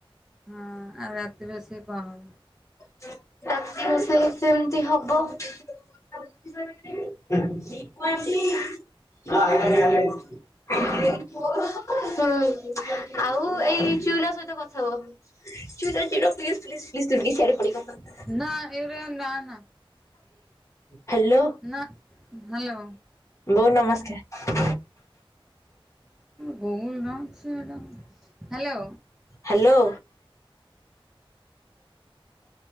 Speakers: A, in the centre; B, on the left (about 30°).
A: ହଁ ଆଉ ରାତିରୋଷେଇ କଁ ହବ?
B: ରାତି ରୋଷେଇ ସେମିତି ହବ <unintelligible> ହୁଁ ଆଉ ଏଇ ଚୁଲା ସହିତ କଥା ହୁଅ। ଚୁରା <unintelligible>
A: ହଁ ଏଉରା ନା ନା।
B: ହାଲୋ
A: ନା ହ୍ୟାଲୋ
B: ବୋଉ ନମସ୍କାର।
A: <unintelligible> ହାଲୋ।
B: ହାଲୋ।